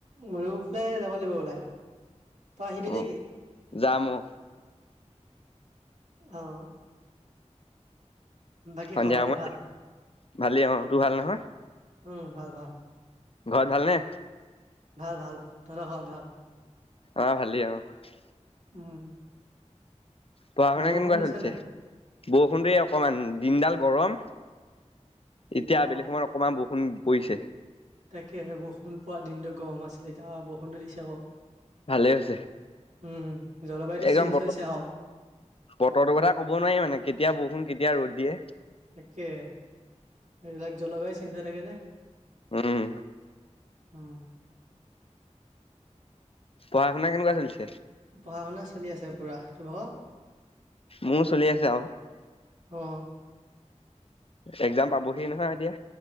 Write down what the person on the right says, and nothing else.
মধুপুৰ ফালে, যাব লাগিব ওলাই৷ তই আহিবি নেকি
অ' বাকী
খবখাতি
ভাল?
উম ভাল ভাল৷
ভাল ভাল, তহঁতৰ ঘৰত ভাল?
উম
বৰষুণ
দিছে
নাই
অ
এ বৰষুণ পুৱা দিনটো গৰম হৈ আছিলে, এতিয়া বৰষুণটো দিছে বাৰু৷
উম জলবায়ুটো
চেঞ্জ
হৈছে আও৷
তাকে, এইবিলাক জলবায়ু চেঞ্জ হৈ থাকে যে।
<unintelligible>
পঢ়া শুনা চলি আছে পুৰা ত
অ'